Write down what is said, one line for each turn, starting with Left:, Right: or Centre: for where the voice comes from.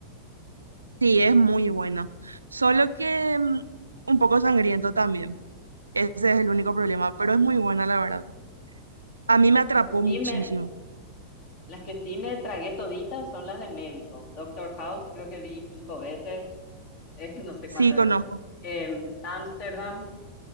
Right: sí, es muy buena. Solo que mm, un poco sangriento también. Ese es el único problema, pero es muy buena, la verdad. A mí me atrapó
Left: Las que sí
Right: muchísimo.
Left: me, las que sí me tragué toditas son las de médico. Doctor House, creo que vi cinco veces, <laughs> eh, no sé
Right: Sí,
Left: cuántas
Right: conozco.
Left: veces. Em, Amsterdam,